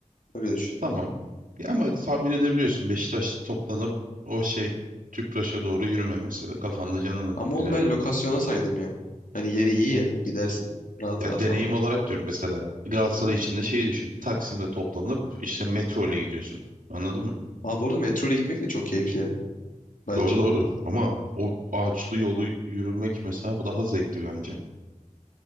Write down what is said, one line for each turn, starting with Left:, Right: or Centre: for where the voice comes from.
Left: Öyle düşün.
Right: Tamam. Ya ama tahmin edebiliyorsun Beşiktaş toplanıp o şey Tüpraş'a doğru yürüme mesela kafanda canıyla.
Left: Ama onu ben lokasyona saydım ya. Hani yeri iyi ya. Gidersin rahat
Right: Ya
Left: rahat
Right: deneyim
Left: falan.
Right: olarak diyorum mesela Galatasaray için de şeyi düşün. Taksim'de toplanıp işte metro ile gidiyorsun. Anladın mı?
Left: Aa bu arada metro ile gitmek de çok keyifli ya. Bence.
Right: Doğru doğru. Ama o ağaçlı yolu yürümek mesela bu daha zevkli bence.